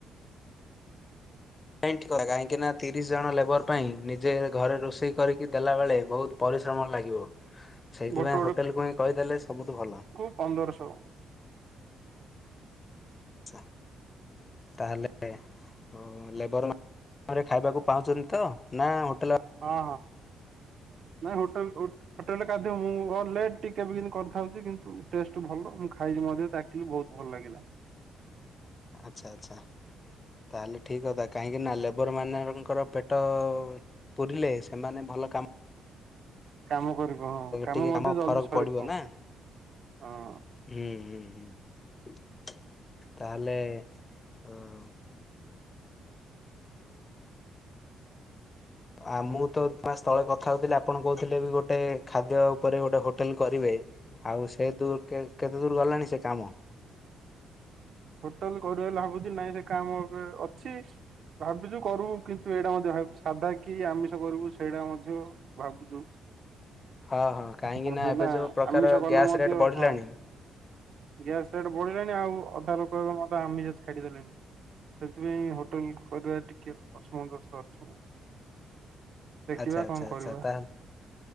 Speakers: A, on the left; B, on the right.
A: ନାଇଁ ଠିକ୍ କଥା କାହିଁକି ନା ତିରିଶ ଜଣ ଲେବର ପାଇଁ ନିଜେ ଘରେ ରୋଷେଇ କରିକି ଦେଲାବେଳେ ବହୁତ୍ ପରିଶ୍ରମ ଲାଗିବ ସେଇଥିପାଇଁ
B: ଗୋଟେ
A: ହୋଟେଲକୁ ହିଁ କହିଦେଲେ ସବୁଠୁ ଭଲ।
B: ପନ୍ଦରଶ।
A: ଆଚ୍ଛା ତାହେଲେ ହଁ ଲେବର ଖାଇବାକୁ ପାଉଛନ୍ତି ତ ନାଁ ହୋଟେଲ୍
B: ହଁ ହଁ ନାଇଁ ହୋଟେଲ୍ ହୋ ହୋଟେଲ୍ ରେ କାଦ୍ୟ ମୁଁ ଅ ଲେଟ୍ ଟିକେ ବି କିନ୍ତି କରିଥାଉଛି କିନ୍ତୁ ଟେଷ୍ଟ ଭଲ ମୁଁ ଖାଇଛି ମଧ୍ୟ ଚା କିନ୍ତୁ ବହୁତ୍ ଭଲ ଲାଗିଲା।
A: ଆଚ୍ଛା ଆଚ୍ଛା। ତାହେଲେ ଠିକ୍ କଥା କାହିଁକି ନା ଲେବର ମାନଙ୍କର ପେଟ ପୁରିଲେ ସେମାନେ ଭଲ କାମ
B: କାମ କରିବେ ହଁ କାମ
A: ଟିକେ
B: ମଧ୍ୟ ଜଲଦି
A: ଫରକ
B: ସରିବ
A: ପଡ଼ିବ ନା
B: ହଁ।
A: ହୁଁ, ହୁଁ, ହୁଁ, ତାହଲେ ଅଁ, ଆ, ମୁଁ <inaudible> ମାସ ତଳେ କଥା ହଉଥିଲି ଆପଣ କହୁଥିଲେ ବି ଗୋଟେ ଖାଦ୍ୟ ଉପରେ ଗୋଟେ ହୋଟେଲ୍ କରିବେ। ଆଉ ସେ ଦୂ-କେ- କେତେ ଦୂର ଗଲାଣି ସେ କାମ?
B: ହୋଟେଲ୍ କରିବା ଲା-ଭାବୁଚି ନାଇଁ ସେ କାମ ଉପରେ ଅଛି। ଭାବିଚୁ କରିବୁ କିନ୍ତୁ ଏଇଟା ମଧ୍ୟ ଭାବ ସାଧା କି ଆମିଷ କରିବୁ ସେଇଟା ମଧ୍ୟ ଭାବୁଚୁ।
A: ହଁ ହଁ କାହିଁକି
B: କଣ ପାଇଁ
A: ଏବେ
B: ନା
A: ଯୋଉ ପ୍ରକାର
B: ଆମିଷ କଲେ
A: ଗ୍ୟାସ୍
B: ମଧ୍ୟ
A: ରେଟ୍ ବଢ଼ିଲାଣି
B: ହଁ ଗ୍ୟାସ ରେଟ୍ ବଢିଲାଣି ଆଉ ଅଧା ଲୋକ ଏବଂ ଅଧା ଆମିଷ ଛାଡିଦେଲେଣି। ସେଥିପାଇଁ ହୋଟେଲ୍ କରିବା ଟିକେ ଅସମତୋଷ ଅଛି ମୁଁ। ଦେଖିବା
A: ଆଚ୍ଛା ଆଚ୍ଛା
B: କଣ
A: ଆଚ୍ଛା
B: କରିବା।
A: ତାହେଲେ